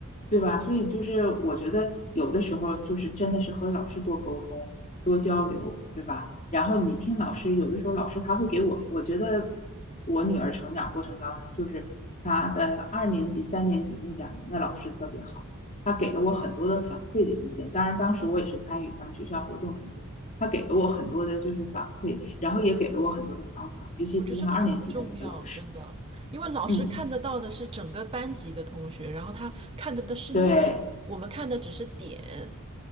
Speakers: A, on the left; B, on the right.
A: 对吧？所以就是我觉得有的时候就是真的是和老师多沟通、多交流，对吧？然后你听老师，有的时候老师他会给我，我觉得我女儿成长过程当中，就是她的二年级、三年级那两年的老师特别好，他给了我很多的反馈的意见。当然，当时我也是参与他们学校活动很多，他给了我很多的就是反馈，然后也给了我很多的方法，尤其是像二年级的那个老师，
B: 我觉得这个很重要，真的，因为老师看得到的是整个班级的同学，
A: 嗯，
B: 然后他看的的是面，
A: 对。
B: 我们看的只是点。